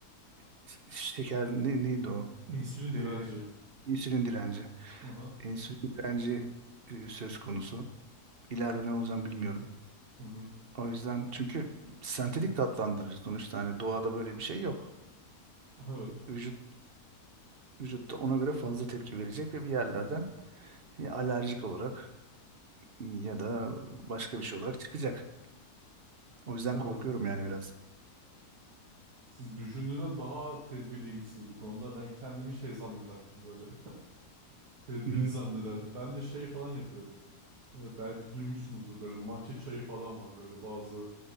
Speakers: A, on the right (about 50°); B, on the right (about 70°).
A: e, şeker ne, neydi o?
B: İnsülin
A: E,
B: direnci.
A: insülin direnci.
B: Hı hı
A: İnsülin direnci e, söz konusu. İleride ne olacağım bilmiyorum.
B: hı hı.
A: O yüzden çünkü sentetik tatlandırıcı sonuçta hani doğada böyle bir şey yok.
B: Evet.
A: Vücut vücutta ona göre fazla tepki verecek ve bir yerlerden ya alerjik olarak ya da başka bir şey olarak çıkacak. O yüzden
B: Evet.
A: korkuyorum yani biraz.
B: Siz düşündüğünden daha tedbirliymişsiniz bu konuda. Ben kendimi şey zannederdim böyle. <laughs> Tedbirli
A: Hı hı,
B: zannederdim. Ben de şey falan yapıyorum. E, belki duymuşsunuzdur böyle matcha çayı falan var böyle bazı